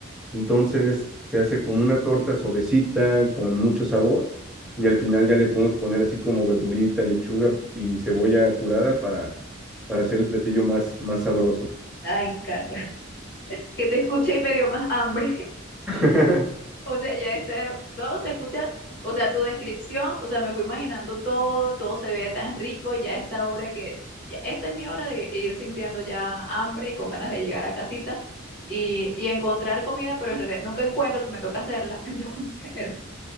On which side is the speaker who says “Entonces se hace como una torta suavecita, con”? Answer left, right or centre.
Centre